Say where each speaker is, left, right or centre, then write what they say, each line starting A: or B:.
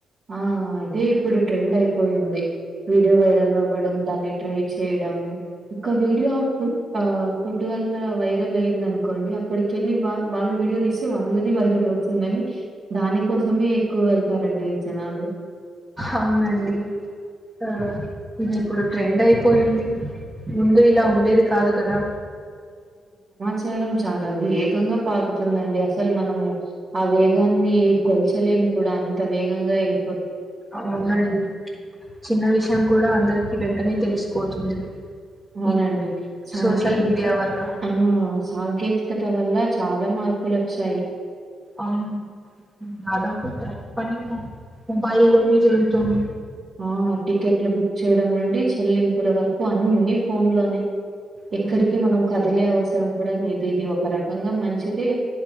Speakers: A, on the right; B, on the right.
A: ఆ అదే ఇప్పుడు ట్రెండ్ అయిపోయింది వీడియో వైరల్ అవ్వడం దాన్ని ట్రై చేయడం ఒక వీడియో ఫు ఫుడ్ వల్ల వైరల్ అయింది అనుకోండి అక్కడికెళ్ళి వా వాళ్ళ వీడియో తీస్తే వాళ్ళది వైరల్ అవుతుందని దాని కోసమే ఎక్కువ వెళ్తారండి జనాలు
B: అవునండి ఆ ఇది ఇప్పుడు ట్రెండ్ అయిపోయింది ముందు ఇలా ఉండేది కాదు కదా
A: చారం చాలా వేగంగా పాకుతుందండి అసలు మనము ఆ వేగాన్ని కొల్చలే కూడా అంత వేగంగా వెల్
B: అవునండి చిన్న విషయం కూడా అందరికి వెంటనే తెలిసిపోతుంది
A: అవునండి,
B: ఈ
A: సాంకే
B: సోషల్ మీడియా వల్ల
A: ఆ సాంకేతికత వల్ల చాలా మార్పులొచ్చాయి
B: అవును దాదాపు ప్రతి పని మొబైల్ లోనే జరుగుతుంది.
A: ఆ టికెట్లు బుక్ చేయడం నుండి చెల్లింపుల వరకు అన్ని ఫోన్ లోనే ఎక్కడికి
B: అవునండి,
A: మనం కదిలే అవస్ సరం కూడా లేదు ఇది ఒక రకంగా మంచిదే,